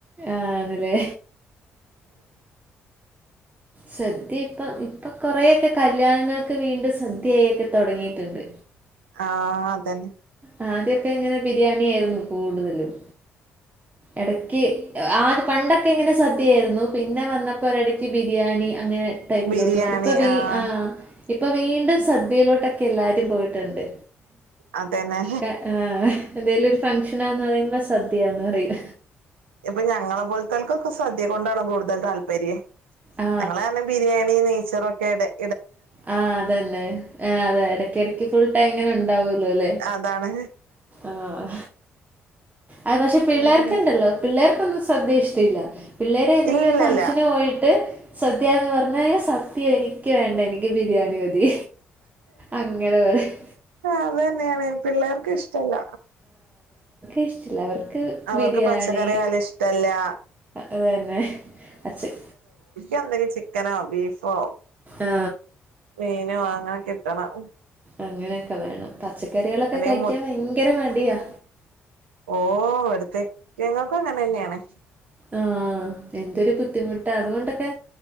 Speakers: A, on the right; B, on the right.
A: ആണല്ലേ സദ്യ ഇപ്പം ഇപ്പം കുറെേയൊക്കെ കല്യാണങ്ങൾക്ക് വീണ്ടും സദ്യയായിട്ടൊക്കെ തുടങ്ങിയിട്ടുണ്ട്
B: ആ അതന്നെ
A: ആ അദ്യമെക്കെ ഇങ്ങനെ ബിരിയാണി ആയിരുന്നു കൂടുതലും ഇടക്ക് ആ പണ്ടൊക്കെ ഇങ്ങനെ സദ്യയായിരുന്നു പിന്നെ വന്നപ്പോ ഒരിടയ്ക്ക് ബിരിയാണി അങ്ങനെ ടൈപ്പിലോട്ട്
B: ബിരിയാണി
A: മാറി ഇപ്പൊ
B: ആഹ്
A: ആ ഇപ്പൊ വീണ്ടും സദ്യയിലോട്ടൊക്കെയെല്ലാരും പോയിട്ടുണ്ട്
B: അതന്നെ
A: ആ ആ എന്തേലും ഒരു ഫങ്ങ്ഷനാന്ന് പറയുമ്പ സദ്യയാന്ന് പറയും
B: ഇപ്പൊ ഞങ്ങളെ പോലത്തെക്കൊക്കെ സദ്യ കൊണ്ടാണ് കൂടുതൽ താല്പര്യം
A: ആ
B: ഞങ്ങള് പറഞ്ഞ ബിരിയാണി നെയ്ച്ചറും ഒക്കെ ഇടെ-
A: ആ അതന്നെ ആ അതെ ഇടക്കിടക്ക് ഫുൾ ടൈം ഇങ്ങനെ ഉണ്ടാവല്ലോ അല്ലേ
B: അതാണ്
A: ആ അത് പക്ഷെ പിള്ളേർക്കണ്ടല്ലോ
B: ഉം
A: പിള്ളേർക്കൊന്നും സദ്യ ഇഷ്ടില്ല പിള്ളേര് ഏതെങ്കിലും
B: ഇല്ലല്ലല്ല
A: ഫംഗ്ഷന് പോയിട്ട് സദ്യയ എന്ന് പറഞ്ഞാ സത്യ എനിക്ക് വേണ്ട എനിക്ക് ബിരിയാണി മതി അങ്ങനെ പറയും
B: ആ അത് തന്നെയാണ് പിള്ളേർക്ക് ഇഷ്ടല്ല
A: ഇഷ്ടല്ലവർക്ക്
B: അവർക്ക്
A: ബിരിയാണി
B: പച്ചക്കറിയായാലും ഇഷ്ടല്ല.
A: അത് തന്നെ അച്ച-
B: എന്തെങ്കും ചിക്കനോ ബീഫോ
A: ആ
B: മീനോ അങ്ങനെ കിട്ടണം
A: അങ്ങനെയൊക്കെ വേണം പച്ചക്കറികളൊക്കെ
B: അല്ലെങ്കി
A: കഴിക്കാൻ
B: മു
A: ഭയങ്കര മടിയാ
B: ഓ ഒരുത്തൻ ഞങ്ങൾക്കും അങ്ങനെ തന്നെയാണ്
A: ആഹ് എന്തൊരു ബുദ്ധിമുട്ടാ അതുകൊണ്ടൊക്കെ